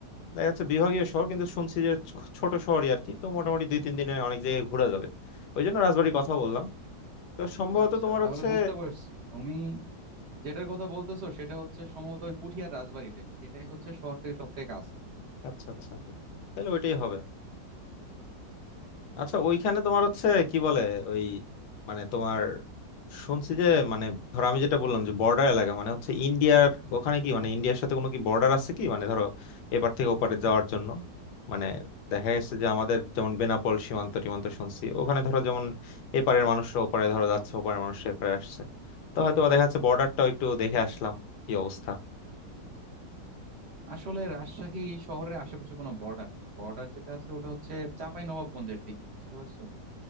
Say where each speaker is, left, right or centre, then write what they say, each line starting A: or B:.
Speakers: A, on the left; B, on the right.
A: দেখা যাচ্ছে বিভাগীয় শহর কিন্তু শুনছি যে ছ- ছোট শহরই আর কি তো মোটামুটি দুই তিন দিনে অনেক জায়গায় ঘোরা যাবে ওই জন্য রাজবাড়ির কথা বললাম তো সম্ভবত
B: আচ্ছা
A: তোমার
B: তাহলে
A: হচ্ছে
B: বুঝতে পারছি তুমি যেটার কথা বলতেছো সেটা হচ্ছে সম্ভবত ওই পুঠিয়ার রাজবাড়িটাই সেটাই হচ্ছে শহর থেকে সব থেকে কাছে
A: আচ্ছা আচ্ছা তাহলে ওইটাই হবে আচ্ছা ওইখানে তোমার হচ্ছে কি বলে ওই মানে তোমার শুনছি যে মানে ধরো আমি যেটা বললাম যে বর্ডার এলাকা মানে হচ্ছে ইন্ডিয়ার ওখানে কি মানে ইন্ডিয়ার সাথে কোনো কি বর্ডার আছে কি মানে ধরো এপার থেকে ওপারে যাওয়ার জন্য মানে দেখা যাচ্ছে যে আমাদের যেমন বেনাপোল সীমান্ত টিমান্ত শুনছি ওখানে ধরো যেমন এপারের মানুষরা ওপারে ধরো যাচ্ছে ওপারের মানুষ এপারে আসছে তো হয়তো দেখা যাচ্ছে বর্ডারটাও একটু দেখে আসলাম কি অবস্থা
B: আসলে রাজশাহী শহরের আশেপাশে কোনো বর্ডার নেই বর্ডার যেটা আছে ওটা হচ্ছে চাঁপাই নবাবগঞ্জের দিকে বুঝতে পারছো